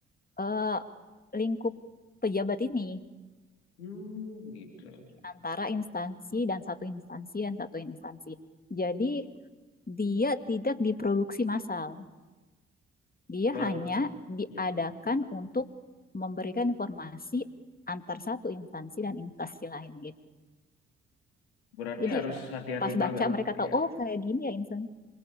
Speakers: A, on the left; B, on the left.
A: eh, lingkup pejabat ini
B: Hmm, gitu.
A: di antara instansi dan satu instansi dan satu instansi. Jadi dia tidak diproduksi massal. Dia
B: Ber
A: hanya diadakan
B: ya.
A: untuk memberikan informasi antar satu instansi dan instansi lain gitu.
B: Berarti
A: Jadi
B: harus hati-hati
A: pas
B: banget
A: baca mereka tahu
B: ya.
A: oh kayak gini ya instansi.